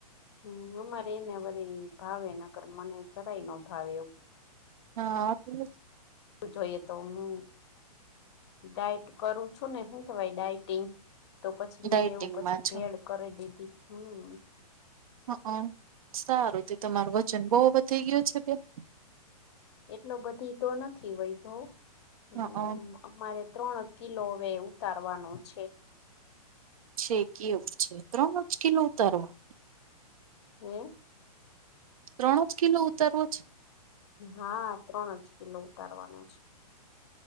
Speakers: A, on the left; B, on the right.
A: હમ અમારે એને વરી ભાવે ન કરર મને જરાય નો ભાવે એવું
B: હા છે
A: જોઈએ તો હું ડાયટ કરું છું ને હું ડઇટિંગ તો પછી
B: ડાયટિંગમાં
A: મેં એવું પછી
B: છો
A: ભેડ કરી દીધી હમ
B: હ સારું તે તમારું વજન બહુ વધી ગયું છે બે
A: એટલો બધી તો નથી વધો હમ
B: હઅ
A: અમારે ત્રણ કિલો હવે ઉતારવાનો છે
B: છેેકી એવું છે ત્રણ મુશ કિલું ઉતારવા
A: હ
B: ત્રણ જ કિલો ઉતરવો જ
A: હા ત્રણ જ કિલો ઉતારવાનો છે